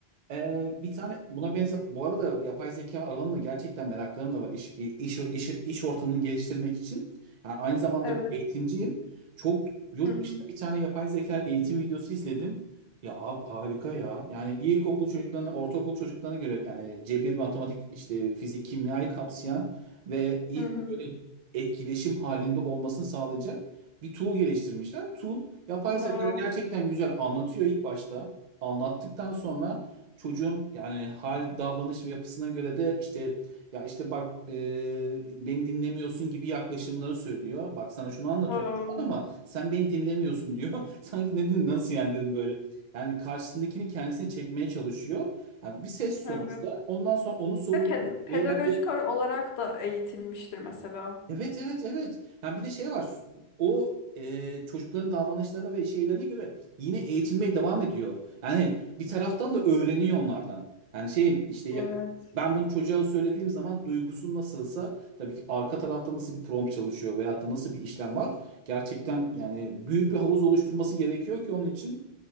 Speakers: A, on the right; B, on the left.
A: ee, bir tane buna benzer bu arada yapay zeka alanında gerçekten meraklarım da var iş iş iş, iş ortamını geliştirmek için. Yani aynı zamanda
B: evet.
A: bir eğitimciyim. Çok yurt
B: Hı hı.
A: dışında bir tane yapay zeka eğitim videosu izledim. Ya abi harika ya. Yani ilkokul çocuklarına, ortaokul çocuklarına göre yani cebir, matematik, işte fizik, kimyayı kapsayan ve ilk
B: Hı hı.
A: böyle etkileşim halinde olmasını sağlayacak bir tool geliştirmişler. Tool yapay
B: Wow.
A: zeka gerçekten güzel anlatıyor ilk başta. Anlattıktan sonra Çocuğun yani hal, davranış ve yapısına göre de işte ya işte bak e, beni dinlemiyorsun gibi yaklaşımları söylüyor. Bak sana şunu anlatıyorum
B: Wow.
A: şu an ama sen beni dinlemiyorsun diyor. <laughs> Sanki ne din nasıl yani dedim böyle. Yani karşısındakini kendisine çekmeye çalışıyor. Yani bir ses sonuçta.
B: Evet.
A: Ondan sonra onun soruları
B: Ve ped- pedagojik
A: ve yaklaşımları
B: ara- olarak da eğitilmiştir mesela.
A: Evet evet evet. Yani bir de şey var. O e, çocukların davranışlarına ve şeylerine göre yine eğitilmeye devam ediyor. Yani bir taraftan da öğreniyor onlardan. Yani şeyim işte ya-
B: Evet.
A: ben bunu çocuğa söylediğim zaman duygusu nasılsa tabii ki arka tarafta nasıl bir prompt çalışıyor veyahut da nasıl bir işlem var. Gerçekten yani büyük bir havuz oluşturması gerekiyor ki onun için